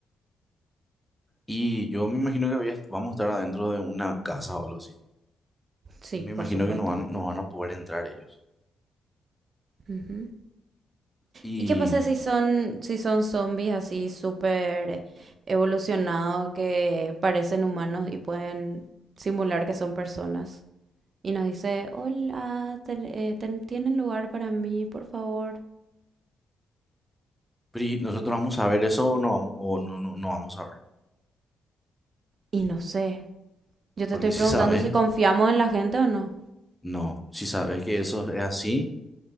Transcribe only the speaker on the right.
Sí,
por supuesto.
Ujú.
¿Y qué pasa si son, si son zombies así súper evolucionados que parecen humanos y pueden simular que son personas? Y nos dice, hola, ten- eh, ten- ¿tienen lugar para mí, por favor?
Y no sé, yo te
estoy preguntando
si confiamos en la gente o no,